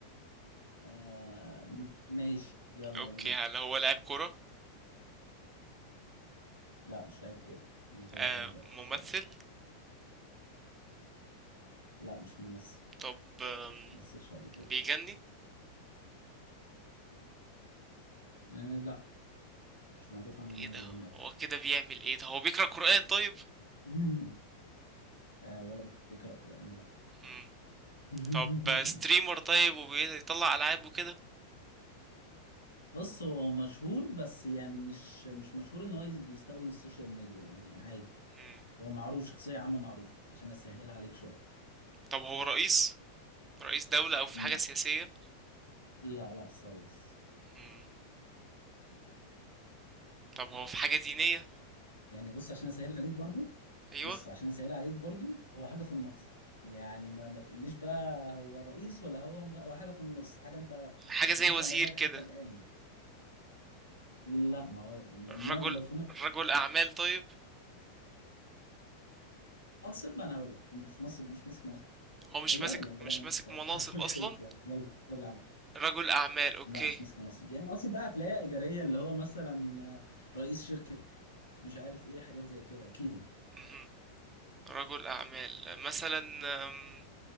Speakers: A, on the left (about 75°); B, on the right (about 20°).
A: آه ماشي يلا
B: اوكي
A: بينا
B: هل هو لاعب كرة
A: لا مش لعيب كورة انا هتوهك
B: آه
A: بقى
B: ممثل
A: شوية لا مش ممثل
B: طب آم،
A: ممثلش قبل كده خالص
B: بيغني
A: آه لا مش معروف عنه ان
B: ايه
A: هو
B: ده
A: بيغني قبل
B: هو كده بيعمل ايه ده هو بيقرأ قرآن طيب
A: <laughs> آه ولا بيقرأ قرآن لا
B: مم.
A: <laughs>
B: طب آه، ستريمر طيب وبيطلع ألعاب وكده
A: بص هو مشهور بس يعني مش مش مشهور ان هو بيستخدم السوشيال ميديا يعني عادي
B: مم.
A: هو معروف شخصية عامة معروفة عشان اسهلها عليك شوية
B: طب هو رئيس رئيس دولة او في
A: لا
B: حاجة سياسية
A: لا لا خالص
B: مم. طب هو في حاجة دينية
A: يعني بص عشان اسهلها عليك برضو
B: ايوه
A: بص عشان اسهلها عليك برضو هو حاجة في النص يعني ما ما تقوليش بقى هو رئيس ولا هو مغ... هو حاجة في النص حاجة انت
B: حاجة زي
A: ما جاتش
B: وزير
A: على بالك
B: كده
A: حتى الآن يعني لا ما هو لو ما
B: رجل
A: لو في
B: رجل أعمال طيب
A: منصب ما انا هقول لك مش منصب مش ماسك منصب
B: هو مش
A: ايوه
B: ماسك
A: يعني بدانا
B: مش
A: نمسك
B: ماسك
A: اهو
B: مناصب
A: طرف <laughs> الخيط
B: أصلا
A: يعني يلا رجل اعمال
B: رجل أعمال أوكي
A: لا مش ماسك منصب يعني منصب بقى هتلاقيها اداريه اللي هو مثلا آه، رئيس شركه مش عارف ايه حاجات زي كده اكيد يعني
B: مهم. رجل أعمال مثلا أم،